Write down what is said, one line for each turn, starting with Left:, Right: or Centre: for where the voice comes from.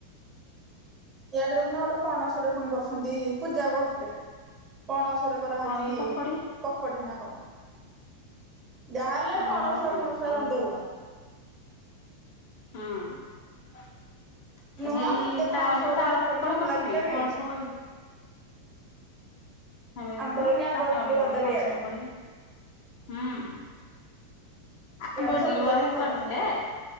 Right: ୟଆଡେ ଦେଖୁନ ଗୋଟେ ପଣସରେ ଫୁଣି କରୁଛନ୍ତି ପୂଜା କୋହୁଥୁଲେ ପଣସରେ କରାହୋଉଚି
Left: ପଣସ ପକୋଡି
Right: ପକଡି ନା କଣ। ଯାହାହେଲେ
Left: ପଣସ
Right: ପଣସୁଆ
Left: ପକୋଡି
Right: ପଣସୁଆ
Left: କଣ
Right: ଗନ୍ଧେଇବ।
Left: ହଁ।
Right: ନୁହଁ
Left: ହେଇ
Right: ଯେତେ
Left: ତାଳ
Right: ପଣସରେ
Left: ବି ତାଳ
Right: ପକଡି
Left: କଡି
Right: ଭଲ
Left: କରୁଛନି
Right: ଲାଗିଲେ ବି
Left: ପଣସ ପକୋଡି ଖାଇବେନି
Right: ଆମ୍ବରେ
Left: ତ ଆଉ
Right: ବି ଆମ୍ବ
Left: ତାଳ
Right: ଇଟିଲି
Left: ପକୋଡି
Right: କରିଦେବେ
Left: ପଣସ
Right: ଇଆଡେ
Left: ପକୋଡି। ହୁଁ ଆ
Right: ଇଆଡେ
Left: <unintelligible>
Right: ସବୁ କରିକି
Left: ବାହେ
Right: ଖାଇଦେବେ
Left: କରିଥିଲେ।